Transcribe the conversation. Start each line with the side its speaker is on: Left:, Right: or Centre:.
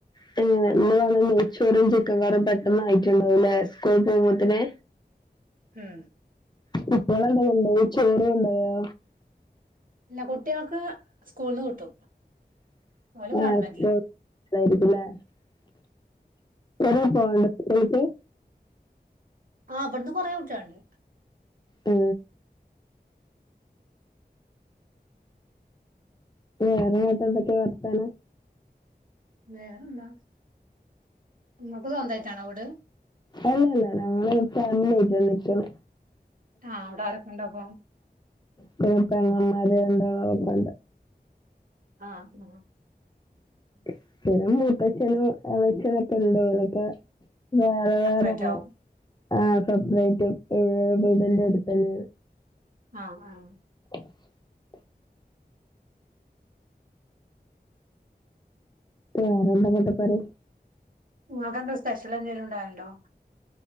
Left: <unintelligible> നെയ്ച്ചോറും ചിക്കൻകറിയും പെട്ടെന്ന് ആയിട്ടുണ്ടാവൂലേ സ്കൂൾ പോവ് മ്പോത്ത് ന്
Right: ആ
Left: കുട്ടികൾ എന്താ കൊണ്ടോയി ചോർ കൊണ്ടോയോ
Right: ഇല്ല കുട്ടികൾക്ക് സ്കൂളിൽ നിന്ന് കിട്ടും ഓല് ഗവണ്മെന്റിലാ
Left: ആഹ് സ്കൂൾ ലായിരിക്കുംല്ലേ <unintelligible>
Right: ആ ഇവട്ന്ന് കുറേ കുട്ട്യോളുണ്ട്
Left: ആ വേറെ ന്നട്ടെന്തെക്കെ വർത്താനം
Right: വേറെന്താ നിങ്ങൾക്ക് സ്വന്തമായിട്ടാണോ വീട്
Left: അല്ലല്ല ഞങ്ങള് ഫാമിലി ആയിട്ട നിക്കുന്നത്
Right: ആ അവിടെ ആരൊക്കെ ഉണ്ട് അപ്പോ
Left: പിന്നെ പെങ്ങമ്മാർ <unintelligible>
Right: ആഹ് ആ
Left: <unintelligible> മൂത്തച്ചനും ഇളേച്ചനും ഒക്കെ ഉണ്ട് ഒലൊക്കെ വേറെ
Right: സെപ്പറേറ്റ്
Left: വേറെയാണ്
Right: ആവും
Left: ആ സെപ്പറേറ്റ് <unintelligible> വീടിന്റെ അടുത്തന്നെ ആണ്
Right: ആ ആ
Left: <inaudible> വേറെന്താ <unintelligible>
Right: നിങ്ങൾക്ക് എന്താ സ്പെഷ്യൽ എന്തേങ്കിലും ഉണ്ടാവലുണ്ടോ